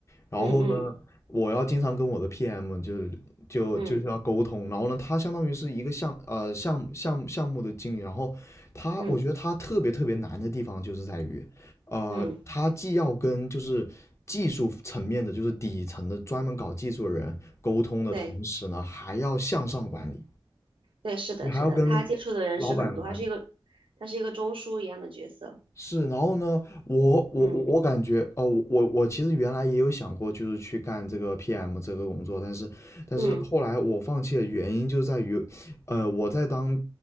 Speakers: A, on the left; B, on the right.
A: 然后呢，
B: 嗯嗯
A: 我要经常跟我的 PM 就是就就是要沟通，
B: 嗯
A: 然后呢，他相当于是一个项呃项目项目项目的经理，然后他我觉得他特别特别难的地方就是在于，
B: 嗯
A: 呃，
B: 嗯，
A: 他既要跟就是技术层面的，就是底层的专门搞技术的人沟通的同时呢，
B: 对
A: 还要向上管理，
B: 对，是的，
A: 你还要跟
B: 是的，他接触的人是很多，
A: 老板管理，
B: 他是一个他是一个中枢一样的角色。
A: 是，然后呢，我我我我感觉哦，
B: 嗯
A: 我我我其实原来也有想过，就是去干这个 PM 这个工作，但是但是后来我放弃的原因就在于，
B: 嗯
A: 呃，我在当